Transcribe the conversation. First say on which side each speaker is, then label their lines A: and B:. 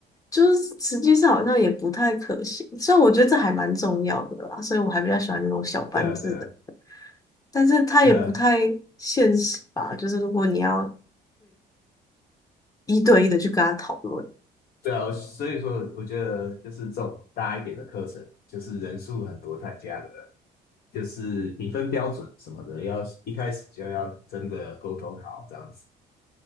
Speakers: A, on the left (about 20°); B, on the left (about 65°).
A: 就是实际上好像也不太可行。虽然我觉得这还蛮重要的啦，所以我还比较喜欢那种小班制的。
B: 对啊对啊
A: 但是它也不太现实吧？
B: 对啊
A: 就是如果你要一对一的去跟他讨论。
B: 对啊，我所以说我觉得就是这种大一点的课程，就是人数很多参加的。就是评分标准什么的，要一开始就要真的沟通好，这样子，